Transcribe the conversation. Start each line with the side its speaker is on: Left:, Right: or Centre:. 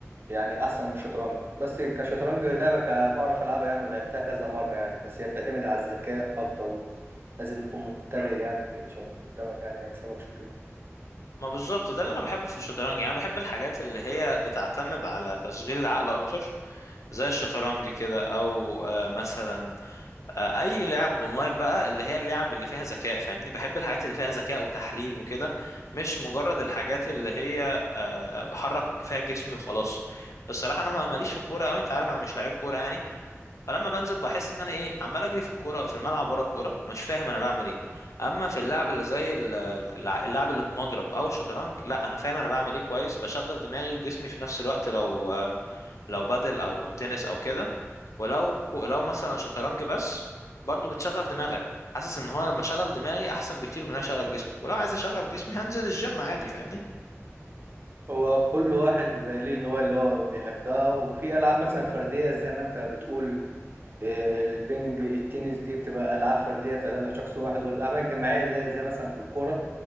Right: يعني احسن من الشطرنج بس كشطرنج لعبه ك- بعرف العبها يعني ولعبتها كذا مره يعني بس هي بتعتمد على الذكاء اكتر لازم تكون منتبه يعني عشان اللي قدامك يعني ما يكسبكش وكده
Left: ما بالظبط ده اللي انا بحبه في الشطرنج يعني أنا بحب الحاجات اللي هي بتعتمد على تشغيل العقل اكتر زي الشطرنج كده او آه، مثلا آه، اي لعب اونلاين بقى اللي هي اللعب اللي فيها ذكاء فاهمني بحب الحاجات اللي فيها ذكاء وتحليل وكده مش مجرد الحاجات اللي هي آه، بحرك فيها جسمي وخلاص الصراحه انا ما- ماليش في الكوره قوي انت عارف انا مش لعيب كوره يعني فلما بنزل بحس ان انا ايه عمال اجري في الكوره في الملعب ورا الكوره مش فاهم انا بعمل ايه اما في اللعب اللي زي ال- الع- اللعب اللي بمضرب او الشطرنج لا انا فاهم انا بعمل ايه كويس بشغل دماغي وجسمي في نفس الوقت لو آه، لو بادل او تنس او كده ولو كو- لو مثلا شطرنج بس برضو بتشغل دماغك حاسس ان هو لما شغل دماغي احسن بكتير من ان أنا اشغل جسمي ولو عايز اشغل جسمي هنزل الجيم عادي فاهمني
Right: هو كل واحد بيبقى ليه الهوايه اللي هو بيحبها وفي العاب مثلا فرديه زي ما انت بتقول البنج التنس دي بتبقى العاب فرديه بتعتمد على شخص واحد والالعاب الجماعيه اللي هي زي مثلا الكوره